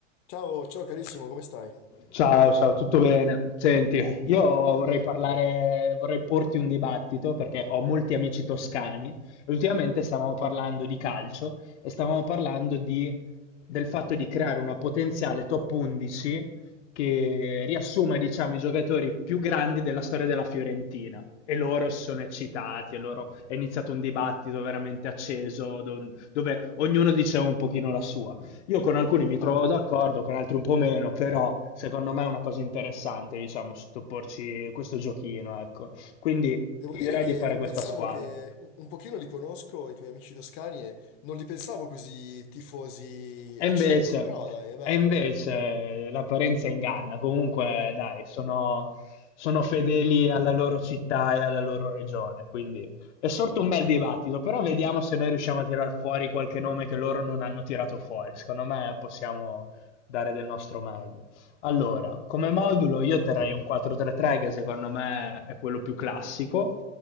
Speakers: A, on the left; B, on the left.
A: Ciao, ciao carissimo, come stai?
B: Ciao, ciao, tutto bene? Senti, io vorrei parlare, vorrei porti un dibattito perché ho molti amici toscani e ultimamente stavamo parlando di calcio e stavamo parlando di- del fatto di creare una potenziale top 11 che riassuma, diciamo, i giocatori più grandi della storia della Fiorentina. E loro si sono eccitati, e loro è iniziato un dibattito
A: Mm.
B: veramente acceso do- dove ognuno diceva un pochino la sua. Io con alcuni mi trovo
A: Ah,
B: d'accordo, con altri un po' meno, però secondo me è una cosa interessante, diciamo, sottoporci questo giochino, ecco. Quindi
A: devo
B: ti
A: dire
B: direi
A: che
B: di fare
A: non
B: questa
A: pensavo
B: squadra.
A: che un, un pochino li conosco, i tuoi amici toscani, e non li pensavo così tifosi
B: E
A: accesi,
B: invece,
A: però dai, è bello,
B: e invece
A: dai.
B: l'apparenza inganna. Comunque, dai, sono, sono fedeli alla loro città e alla loro regione. Quindi è sorto un bel dibattito. Però vediamo se noi riusciamo a tirar fuori qualche nome che loro non hanno tirato fuori. Secondo me possiamo dare del nostro meglio. Allora, come modulo io terrei un 4-3-3 che secondo me è quello più classico.